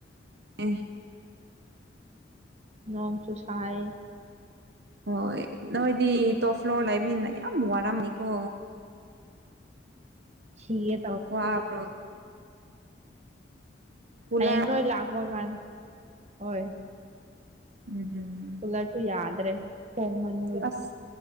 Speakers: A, on the right; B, on the right.
A: ꯑꯦ
B: ꯅꯣꯡ ꯆꯨꯁꯥꯏ
A: ꯍꯣꯏ ꯅꯣꯏꯗꯤ ꯇꯣꯞ ꯐ꯭ꯂꯣꯔ ꯂꯩꯕꯅꯤꯅ ꯌꯥꯝ ꯋꯥꯔꯝꯅꯤꯀꯣ꯫
B: ꯁꯤꯌꯦ
A: ꯋꯥꯕ꯭ꯔꯣ ꯀꯨꯂꯔ
B: ꯍꯥꯌꯦꯡ ꯅꯣꯏ ꯂꯥꯛꯄ ꯀꯥꯟ ꯍꯣꯏ
A: <unintelligible>
B: ꯀꯨꯂꯔꯁꯨ ꯌꯥꯗ꯭ꯔꯦ ꯍꯣꯡꯃꯟꯕꯒꯤ꯫
A: ꯑꯁ